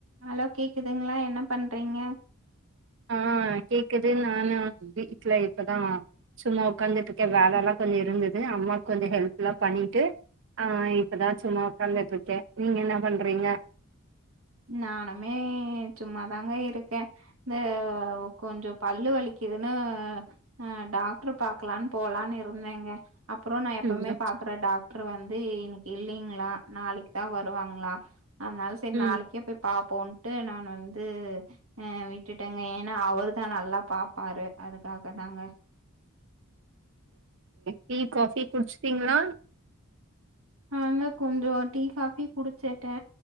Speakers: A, on the right (about 70°); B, on the right (about 55°).
A: Hello கேக்குதுங்ளா என்ன பண்றீங்க
B: ஆ கேக்குது நானு வீட்ல இப்பதா சும்மா உக்காந்துட்டு இருக்கே வேல எல்லா கொஞ்சோ இருந்தது அம்மாக்கு கொஞ்சோ ஹெல்பெல்லா பண்ணிட்டு ஆ இப்பதா சும்மா உக்காந்துட்டு இருக்கே நீங்க என்ன பண்றீங்க
A: நானுமே சும்மாதாங்க இருக்கே இது கொஞ்சோ பல்லு வலிக்குதுன்னு ஆ டாக்டரு பாக்கலான்னு போகலான்னு இருந்தேங்க அப்றோ நா எப்பவுமே
B: ம் ஓகே.
A: பாக்குற டாக் ட்ரு வந்து இன்னிக்கு இல்லிங்ளா நாளிக்கு தா வருவாங்களா அதனால செரி
B: ம்
A: நாளைக் க்கே போய் பாப்போன்ட்டு நா வந்து ஆ விட்டுட்டங்க ஏன்னா அவரு தா நல்லா பாப்பாரு அதுக்காக தாங்க
B: டீ காபி குடிச்சீங்களா
A: ஆங்க கொஞ்சோ டீ காபி குடிச்சிட்டே